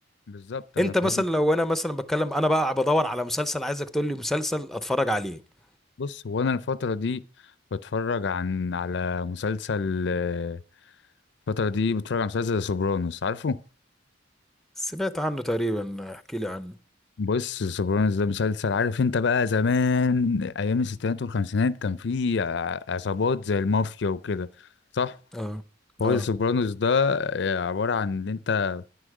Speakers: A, on the left; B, in the centre.
A: بالظبط انا
B: انت
A: فاهم
B: مثلا لو انا مثلا بتكلم انا بقى بدور على مسلسل عايزك تقول لي مسلسل اتفرج عليه
A: بص هو انا الفترة دي بتفرج عن على مسلسل آه، الفترة دي بتفرج على مسلسل سوبرانوس عارفه
B: سمعت عنه تقريبا احكي لي عنه
A: بص سوبرانوس ده مسلسل عارف انت بقى زمان ايام الستينات والخمسينات كان في ع- عصابات زي المافيا وكده صح
B: اه
A: هو
B: اه
A: سوبرانوس ده عبارة عن ان انت